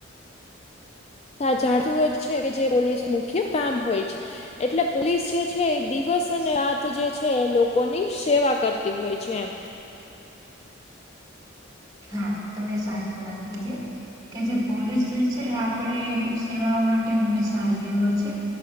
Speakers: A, on the left; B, on the right.
A: જાતુ જ છે કે જે પોલીસ મુખ્ય કામ હોય છે. એટલે પોલીસ જે છે એ દિવસ અને રાત જે છે એ લોકોની સેવા કરતી હોય છે એમ
B: હા તમે સાચી વાત કિઘી. કે જે પોલીસ જે છે આપણે સેવાઓ માટે હંમેશા હાજી હોય છે.